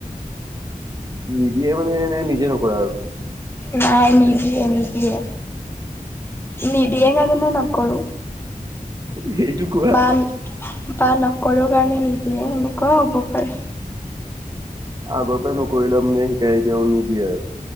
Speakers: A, on the right; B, on the left.
A: নিদিয়ে মানে এনে নিজে নকৰো আৰু
B: নাই নিদিয়ে নিদিয়ে নিদিয়ে কাৰণে নকৰো
A: সেইটো কোৱা
B: বা বা নকৰো কাৰণে নিদিয়ে সেনেকুৱাও হ'ব পাৰে
A: আগৰ পৰাই নকৰিলা মানে সেই কাৰণে এতিয়াও শিকাই নিদিয়ে আৰু